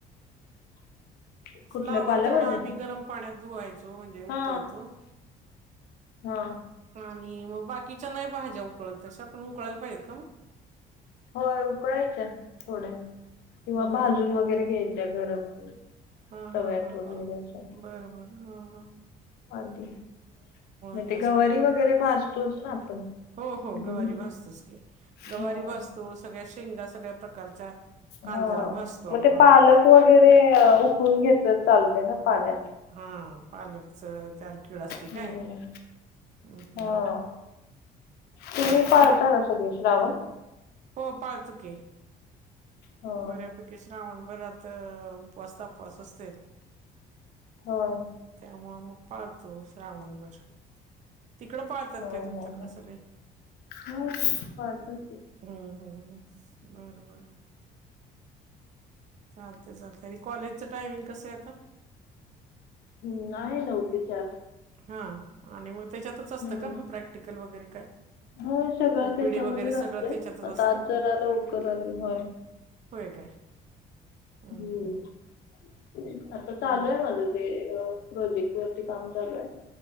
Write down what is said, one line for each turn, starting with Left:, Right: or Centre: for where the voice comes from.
Left: <inaudible> कुठल्या
Right: फ्लावर
Left: पालेभाज्या?
Right: तेवढा आम्ही गरम पाण्यात धुवायचो, म्हणजे उकळतो.
Left: हा हा.
Right: आणि मग बाकीच्या नाही भाज्या उकळत, तस्या पण उकळायला पाहिजेत का मग?
Left: होय उकळायच्या थोड्या, किंवा
Right: बर.
Left: भाजून वगैरे घ्यायच्या गरम.
Right: हां
Left: तव्यात
Right: हां हां,
Left: वगैरे असं
Right: बरबर हं हं.
Left: आधी, म
Right: हे
Left: ते
Right: असल्यामुळं.
Left: गवारी वगैरे भजतोच ना आपण?
Right: हो हो गवारी
Left: धुवून
Right: भासतोच की, गवारी
Left: हा
Right: भासतो, सगळ्या शेंगा, सगळ्या प्रकारच्या कांद्यावर
Left: हा
Right: भाजतो आपण.
Left: मग ते पालक वगैरे उकडून घेतलं त चालते ना पाण्यात
Right: हा पार्लरचं <unintelligible> असती काय
Left: हम्म
Right: हम्म्
Left: हा
Right: हम्म ह
Left: तुम्ही पाळता का सगळे श्रावण
Right: हो पाळतो की
Left: हा
Right: बऱ्यापैकी श्रावणभरात उपवास तापवास असतेत.
Left: होय.
Right: त्यामुळं मग पाळतो श्रावण भर तिकडं पाळतात
Left: हो हो
Right: काय तुमच्याकडे
Left: हो
Right: सगळे.
Left: हो पाळतो की.
Right: हम्म हम्म हम्म बर बर. चालते चालते आणि कॉलेजचं टायमिंग कसंय आता?
Left: हम्म आहे नऊ ते चार
Right: हा आणि मग त्याच्यातच असतं
Left: हम्म
Right: का मग प्रॅक्टिकल वगैरे काय?
Left: होय सगळं
Right: ओपीडी
Left: त्याच्यामध्येच
Right: वगैरे सगळं
Left: असतय
Right: त्याच्यातच
Left: आता
Right: असतं
Left: आज जरा लवकर आली होय.
Right: होय काय? हम्म
Left: हम्म
Right: हम्म
Left: आता चालूय
Right: हम्म
Left: माझ. अ प्रोजेक्टवरती काम चालूय.